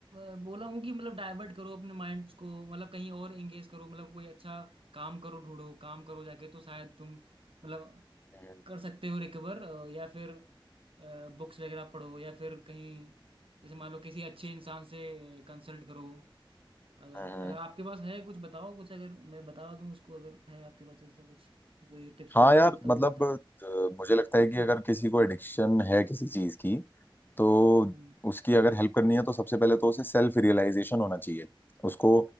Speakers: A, on the right; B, on the left.
A: अ, बोला हूँ कि मतलब डाइवर्ट करो अपने माइंड्स को मतलब कहीं और एंगेज करो मतलब कोई अच्छा काम करो ढूंढो काम करो जाके तो शायद तुम मतलब
B: हम्म,
A: कर सकते हो रिकवर या फिर बुक्स वगैरह पढ़ो या फिर कहीं जैसे मान लो किसी अच्छे इंसान से कंसल्ट करो अगर
B: हम्म।
A: अगर आपके पास है कुछ बताओ कुछ अगर मैं बता दूं उसको अगर है आपके पास ऐसा कुछ कोई टिप्स
B: हाँ
A: वगैरह
B: यार
A: तो बताओ
B: मतलब
A: मैं बता
B: अ, मुझे लगता है कि अगर किसी को एडिक्शन है किसी चीज की तो
A: हम्म
B: उसकी अगर हेल्प करनी है तो सबसे पहले तो उसे सेल्फ रियलाइजेशन होना चाहिए उसको